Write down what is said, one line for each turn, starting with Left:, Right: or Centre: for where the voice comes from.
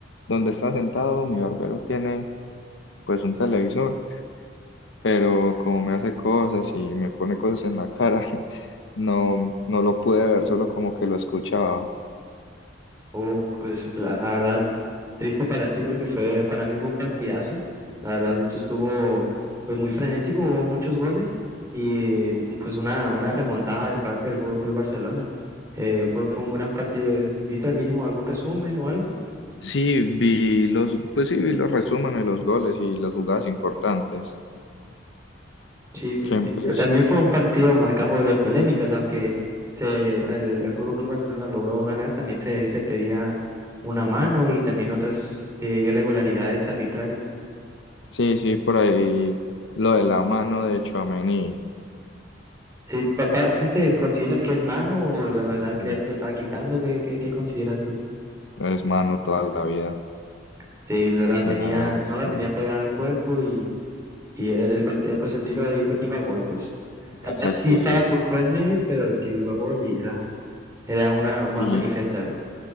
Left: donde estaba sentado, mi barbero tiene pues un televisor, pero como me hace cosas y me pone cosas en la cara, <laughs> no, no lo pude ver, solo como que lo escuchaba.
Right: Oh, pues la, la verdad, triste para ti porque fue, para mí fue un partidazo. La verdad, estuvo pues muy frenético, hubo muchos goles y pues una, una remontada del parte del Fútbol Club Barcelona. Eh, fue, fue un gran partido. ¿Es- ¿Viste al mínimo algún resumen o algo?
Left: Sí, vi los, pues sí, vi los resúmenes de los goles y las jugadas importantes.
Right: Sí,
Left: Que pues,
Right: eh, también fue un partido marcado de polémicas, aunque se, el, el Fútbol Club Barcelona logró ganar, también se, se pedía una mano y también otras eh, irregularidades arbitrarias.
Left: sí, sí, por ahí lo de la mano de Tchouaméni.
Right: Sí, pa- ¿Para ti te consideras que es mano o la verdad creías
Left: Sí.
Right: que lo estaba quitando? ¿Qué, qué, qué consideras tú?
Left: Es mano toda la vida.
Right: Sí, la la tenía,
Left: O sea,
Right: no la
Left: sí,
Right: tenía pegada al cuerpo y, y el, el part- eh, pues el tiro iba, iba a gol, pues. Capaz
Left: exacto,
Right: sí estaba
Left: sí.
Right: Courtois en medio, pero el tiro iba a gol y era, era una jugada
Left: Y,
Right: manifiesta,